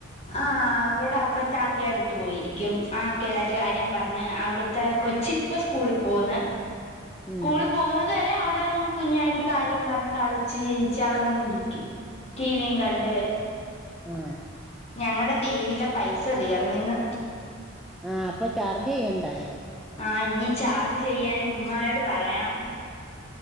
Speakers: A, on the left; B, in the centre.
A: ആ അവിടെ അപ്പറത്തെ അക്കടെ ടുത്ത് പോയിരിക്കും ആ ആക്കെ ആയിട്ട് കാര്യം പറഞ്ഞ് അവിടുത്തെ കൊ ച്ച് ഇപ്പ സ്കൂളി പോന്ന്
B: ഉം
A: സ്കൂളി പോകുന്നത് വരെ അവിടെ കുഞ്ഞായിട്ട് കാര്യം പറഞ്ഞ് കളിച്ച് ചിരിച്ച് അവിടെങ്ങിരിക്കും ടീവിം കണ്ട്
B: ആ
A: ഞങ്ങളടെ ടീവിലെപൈസ തീർന്ന് ഇന്ന്.
B: ആഹ് അപ്പൊ ചാർജ് ചെയ്യണ്ടായോ
A: ആഹ് ഇനി ചാർജ് ചെയ്യാന് ഇമ്മാ നോട് പറയണം.